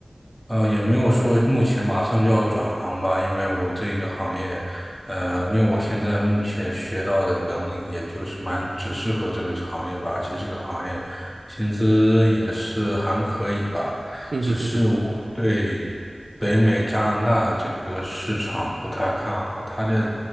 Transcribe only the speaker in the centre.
呃，也没有说目前马上就要转行吧，因为我这个行业，呃，因为我现在目前学到的本领，也就是蛮只适合这个行业吧，而且这个行业薪资也是还可以吧，
只是我对北美加拿大这个市场不太看好，它的